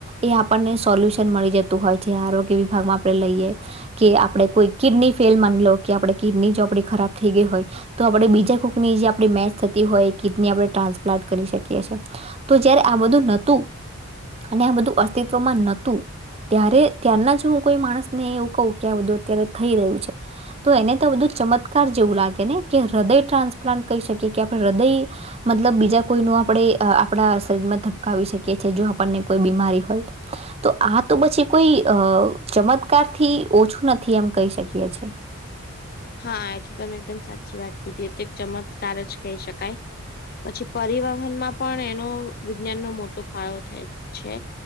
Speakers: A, on the right; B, on the left.
A: એ આપણને સોલ્યુશન મળી જતું હોય છે આરોગ્ય વિભાગમાં આપણે લઈએ- - કે આપડણે કોઈ કિડની ફેલ માન લો કે આપડે કિડની જો આપડી ખરાબ થઈ ગઈ હોય. તો આપણેે બીજા કોકની જે આપ મેચ થતી હોય એ કીટની આપણે ટ્રાન્સપ્લેટ કરી શકીએ છીએ. તો જયારે આ બધું નતું અને આ બધું અસ્તિત્વમાં નતું- - ત્યારે ત્યારના જ હું કોઈ માણસ ને એવું કહું કધું અત્યારે થઈ રહ્યું છે. તો એને તો બધું ચમત્કાર જેવું લાગે ને કે હૃદય ટ્રાન્સપ્લાન્ટ કહી શકીએ કે આપણે હૃદય- - મતલબ બીજા કોઈ ન આપણે આપણા માં ધબકાવી શકીએ છીએ જો આપણને બીમારી હોય. તો આ તો પછી કોઈ અ ચમત્કારથી ઓછું નથી એમ કહી શકીએ છે.
B: હા એ તો તમે એકદમ સાચી વાત કીધી તો એક ચમત્કાર જ કહી શકાય. પછી પરિવહનમાં પણ એનો વિજ્ઞાનનો મોટો ફાળો થાય છે.